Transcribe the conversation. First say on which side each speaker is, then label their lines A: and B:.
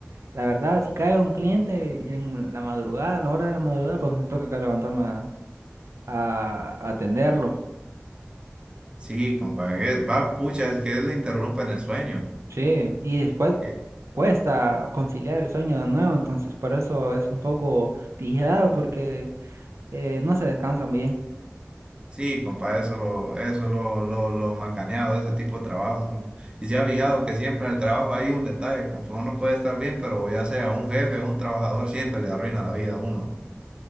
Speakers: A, on the right; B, on the right.
A: la verdad, si cae un cliente en la madrugada, a la hora de la madrugada, pues me toca que levantarme a a- a atenderlo.
B: Sí, compa, es- va, pucha, es que le interrumpen el sueño.
A: Sí, y después
B: Sí.
A: cuesta conciliar el sueño de nuevo, entonces por eso es un poco vigilado porque eh, no se descansa muy bien.
B: Sí, compa, eso lo, eso lo, lo, lo macaneado de ese tipo de trabajos, compa. Y ya ha fijado que siempre en el trabajo hay un detalle, compa. Uno puede estar bien, pero ya sea un jefe o un trabajador, siempre le arruina la vida a uno.